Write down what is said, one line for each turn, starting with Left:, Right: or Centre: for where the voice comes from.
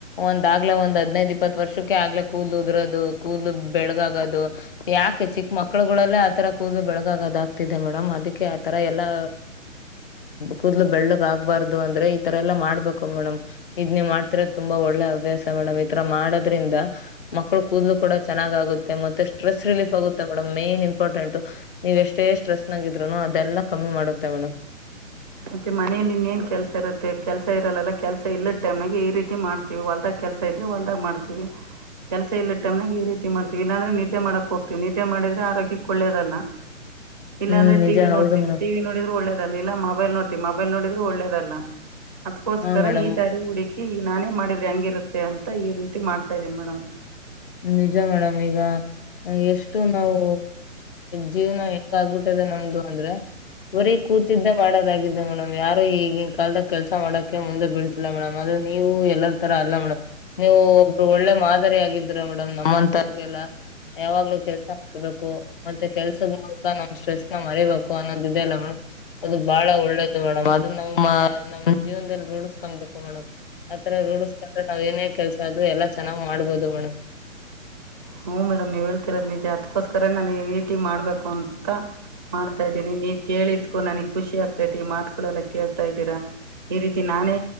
Left: ಒಂದಾಗ್ಲೇ ಒಂದ್ ಹದಿನೈದು ಇಪ್ಪತ್ತು ವರ್ಷಕ್ಕೆ ಆಗ್ಲೆೇ ಕೋಧ್ಲು ಉದರೋದು ಕೂದ್ಲು ಬೆಳ್ಳಗಗೊದು. ಯಾಕೆ ಚಿಕ್ಕ ಮಕ್ಳುಗಳಲ್ಲೇ ಆತರ ಕೂದ್ಲು ಬೆಳಗಾಗದ ಆಗ್ತಿದೆ ಮೇಡಮ್ ಅದಕ್ಕೆ. ತರ ಎಲ್ಲಾ ಕೂದ್ಲು ಬೆಳ್ಳಗ್ ಆಗ್ಬಾರ್ದು ಅಂದ್ರೆ ಈ ತರ ಎಲ್ಲಾ ಮಾಡ್ಬೇಕು ಮೇಡಮ್ ಇದ್ ನೀ್ ಮಾಡ್ತಿರೋದು ತುಂಬಾ ಒಳ್ಳೆ ಅಭ್ಯಾಸ ಮೇಡಮ್ ಈ ತರ ಮಾಡೋದ್ರಿಂದ ಮಕ್ಕಳು ಕೂದಲು ಕೂಡ ಚನ್ನಾಗುತ್ತೆ ಮತ್ತೆ ಸ್ಟ್ರೆಸ್ ರಿಲೀಫ ಆಗುತ್ತೆ ಮೇಡಮ್ ಮೇನ್ ಇಂಪಾರ್ಟೆಂಟ್ ನೀವು ಎಷ್ಟೇ ಸ್ಟ್ರೆಸ್ ನಾಗಿದ್ರುನು ಅದೆಲ್ಲ ಕಮ್ಮಿ ಮಾಡುತ್ತೆ ಮೇಡಮ್
Right: ಮತ್ತೆ ಮನೆಯಲ್ಲಿ ಇನ್ನ ೇನ್ ಕೆಲಸ ಇರುತ್ತೆ ಕೆಲಸ ಇರಲ್ಲ ಕೆಲಸ ಇಲ್ಲದ ಟೈಮ್ಾಗೆ ಈ ರೀತಿ ಮಾಡ್ತಾರೆ ಹೊಲ್ದಾಗ ಕೆಲಸ ಇದ್ರೆ ಹೊಲ್ದಾಗ್ ಮಾಡ್ತೀವಿ ಕೆಲಸ ಇಲ್ಲ ಟಮ್ನಾಗ ಈ ರೀತಿ ಮಾಡ್ತತಿವಿ ಇಲ್ಲಾಂದೆ ನಿದ್ದೆ ಮಾಡಕ್ ಹೋಗ್ತಿವಿ ನಿದ್ದೆ ಮಾಡ್ರೆ ಆರೋಗ್ಯಕ್ಕೆ ಒಳ್ಳೇದಲ್ಲ
Left: <inaudible>
Right: ಇಲ್ಲಾಂದ್ರೆಟಿ
Left: ಹ್ಮ್ ನಿಜ ಹೌದು
Right: ನೋಡ್ತೀವಿ
Left: ಮೇಡಮ್
Right: ಟಿ ವಿ ನೋಡಿದ್ರ ಒೇದಲ್ಲ ಮೊಬೈಲ್ ನೋಡ್ತೀವಿ ಮೊಬೈಲ್ ನೋಡಿದ್ರರು ಒಳ್ಳೇದಲ್ಲ ಅದಕೋಸ್ಕರ
Left: ಹಾ ಮೇಡಮ್
Right: ಈ ದಾರಿ ಹುಡ ನಾನೇ ಮಾಡಿದ್ರೆ ಹೆಂಗಿರುತ್ತೆ ಅಂತ ಈ ರೀತಿ ಮಾಡ್ತಾ ಇದೀನಿ ಮೇಡಮ್
Left: ್ಮ ನಿಜ ಮೇಡಮ್ ಈಗ ಎಷ್ಟು ನಾವು ಜೀವನ ಹೆಂಗ ಆಗ್ಬಿಟ್ಟಿದೆ ನಮ್ದು ಅಂದ್ರೆ ಬರೀ ಕೂತಿದ್ದ ಮಾಡೋದಾಗಿದ್ದ ಮೇಡಮ್ ಯಾರು ಈಗಿನ ಕಾಲದ ಕೆಲ್ಸ ಮಾಡಕೆ ಮುಂದೆ ಬೀಳ್ತಿಲ್ಲ ಮೇಡಮ್ ಆದದು ನೀವು ಎಲ್ಲರ ತರ ಅಲ್ಲ ಮೇಡಮ್ ನೀವು ಒಬ್ರು ಒಳ್ಳೆ ಮಾದರಿ ಆಗಿದ್ರ ಮೇಡಮ್ ನಮ್ಮಂತಾರ್ಗೆಲ್ಲ ಯಾವಾಗ್ಲೂ ಕೆಲ್ಸ ಮಾಡ್ಬೇಕು ಮತ್ತೆ ಕೆಲ್ಸದ ಮೂಲಕ ನಮ್ ಸ್ಟ್ರೆಸ್ ನ ಮರಿಬೇಕು ಅನ್ನೋದಿದೆ ಅಲ್ಲ ಮೇಡಮ್ ಅದು ಬಹಳ ಒಳ್ಳೇದು ಮೇಡಮ್ ಅದು ನ್ ನಮ್ಮ್ ಜೀವನದಲ್ಲಿ ರೂಢಸ್ಕೊಬೇಕು ಮೇಡಮ್ ಆತರ ರೂಢಿಸ್ಕೊಂಡ್ರೆ ನಾವ್ ಏನೇ ಕೆಲ್ಸ ಅದು ಎಲ್ಲ ಚೆನ್ನಾಗಿ ಮಾಡಬಹುದು ಮೇಡಮ್
Right: ಹೂ ಮೇಡಮ್ ನೀವು ಹೇಳ್ತಿರೋದು ನಿಜ ಅತ್ಕ್ಕೋಸ್ಕರ ನಾನು ರೀತಿ ಮಾಡ್ಬೇಕು ಅನ್ಂತಾ ಮಾಡ್ತಾ ಇದ್ದೀನಿ ನೀವ್ ಕೇಳಿದ್ಕೂ ನನಗ್ ಖುಷಿ ಆಗ್ತೈತಿ ಮಾತುಗಳೆಲ್ಲಾ ಕೇಳ್ತಾ ಇದ್ದೀರಾ ಈ ರೀತಿ ನಾನೇ